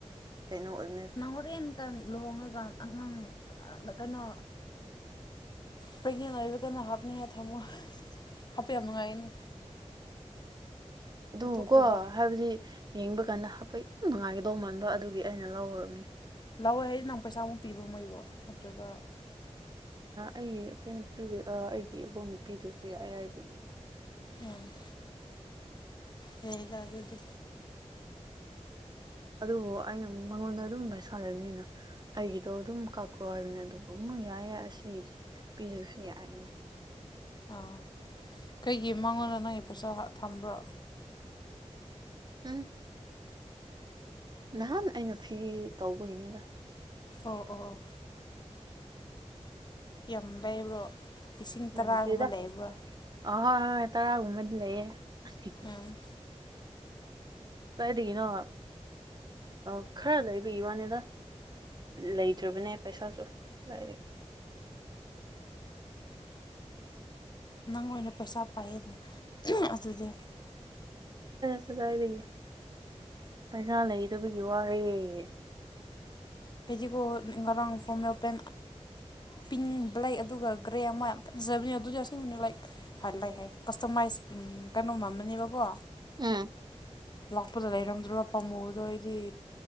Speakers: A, on the right (about 35°); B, on the left (about 40°).
A: ꯀꯩꯅꯣ ꯑꯣꯏ
B: ꯅꯍꯧꯣꯔꯦꯟ ꯀ ꯂꯨꯍꯣꯡꯉꯒ ꯑꯉꯥꯡ ꯀꯩꯅꯣ ꯄ꯭ꯔꯒꯅꯦꯟ ꯑꯣꯏꯕ ꯀꯩꯅꯣ ꯍꯥꯞꯅꯤꯉ ꯊꯝꯃꯣ ꯍꯥꯞꯄ ꯌꯥꯝ ꯅꯨꯡꯉꯥꯏꯒꯅꯤ
A: ꯑꯗꯨꯀꯣ
B: ꯎꯠꯊꯣꯛꯇꯕ
A: ꯍꯥꯏꯕꯗꯤ ꯌꯦꯡꯕ ꯀꯥꯟꯗ ꯍꯥꯄ ꯌꯥꯝ ꯅꯨꯡꯉꯥꯏꯒꯗꯧ ꯃꯥꯟꯕ ꯑꯗꯨꯒꯤ ꯑꯩꯅ ꯂꯧꯈ꯭ꯔꯕꯅꯦ
B: ꯂꯥꯛꯑꯣꯦ ꯍꯥꯏꯁꯤ ꯅꯪ ꯄꯩꯁꯥꯃꯨꯛ ꯄꯤꯕ ꯃꯣꯏꯕꯨꯣ ꯅꯠꯇ꯭ꯔꯒ
A: ꯑꯩ ꯑ ꯅꯨꯄꯤ ꯑꯩꯒꯤ ꯏꯕꯨꯡ ꯅꯨꯄꯤꯗꯨꯁꯨ ꯌꯥ ꯌꯥꯕ
B: ꯎꯝ ꯍ ꯂ ꯑꯗꯨꯗꯤꯦ
A: ꯑꯗꯨꯕꯨ ꯑꯩꯅ ꯃꯉꯣꯟꯗ ꯑꯗꯨꯝ ꯄꯩꯁꯥ ꯂꯩꯕꯅꯤꯅ ꯑꯩꯒꯤꯗꯣ ꯗꯨꯝ ꯀꯥꯈ꯭ꯔꯣ ꯍꯥꯏꯕꯅꯦ ꯑꯗꯨꯕꯨ ꯑꯃꯨꯛ ꯌꯥꯏ ꯑꯁꯤꯗꯤ ꯄꯤꯖꯁꯨ ꯌꯥꯏꯍꯥꯏꯅ꯫
B: ꯑꯥ ꯀꯩꯒꯤ ꯃꯥꯉꫭꯟꯗ ꯅꯪꯒꯤ ꯄꯩꯁꯥ ꯊꯝꯕ꯭ꯔꯣ꯫
A: ꯎꯝ꯫ ꯅꯍꯥꯟ ꯑꯩꯅ ꯐꯤ ꯇꯧꯕꯒꯤꯅꯤꯗ꯫
B: ꯑꯣ ꯑꯣ ꯑꯣ꯫ ꯌꯥꯝ ꯂꯩꯕ꯭ꯔꯣ ꯏꯁꯤꯡ ꯇꯔꯥꯒꯨꯝꯕ
A: ꯂꯩꯇ꯭ꯔꯤꯗ
B: ꯂꯩꯕ꯭ꯔꫭ꯫
A: ꯑꯥ ꯍꯣꯏ ꯍꯣꯏ ꯇꯔꯥ ꯒꯨꯝꯕꯗꯤ ꯂꯩꯌ‌ꯦ꯫
B: ꯑꯝ꯫
A: ꯀꯥꯏꯗꯒꯤꯅꯣ ꯑ ꯈꯔ ꯂꯩꯕꯒꯤ ꯋꯥꯅꯤꯗ ꯂꯩꯇ꯭ꯔꯕꯅꯦ ꯄꯩꯁꯥꯁꯨ ꯀꯗꯥꯏꯗꯒꯤ
B: ꯅꯪ ꯑꯣꯏꯅ ꯄꯩꯁꯥ ꯄꯥꯏꯌꯦꯗꯅ ꯑꯗꯨꯗꯤ
A: ꯆꯗꯥꯏꯗꯒꯤ ꯄꯩꯅꯥꯥ ꯂꯩꯗꯕꯒꯤ ꯋꯥꯔꯦ
B: ꯐꯦꯖꯤꯀꯣ ꯉꯔꯥꯡ ꯐꯣꯔꯝ ꯑꯣꯄꯦꯟ ꯄꯤꯡ ꯕ꯭ꯂꯦꯛ ꯑꯗꯨꯒ ꯒ꯭ꯔꯦ ꯑꯃ ꯌꯥꯝ ꯐꯖꯕꯅꯦ ꯑꯗꯨꯁꯨ ꯑ ꯑꯁꯤꯦꯡꯕꯅꯦ ꯂꯥꯏꯛ ꯐ ꯂꯩ ꯍꯥꯏ ꯀꯁꯇꯃꯥꯏꯁ ꯀꯩꯅꯣꯝꯃꯝ ꯑꯃꯅꯦꯕꯀꯣ
A: ꯎꯝ
B: ꯂꯥꯛꯄꯗ ꯂꯩꯔꯝꯗ꯭ꯔꯕ ꯄꯥꯝꯃꯨꯕꯗꯣ ꯑꯩꯗꯤ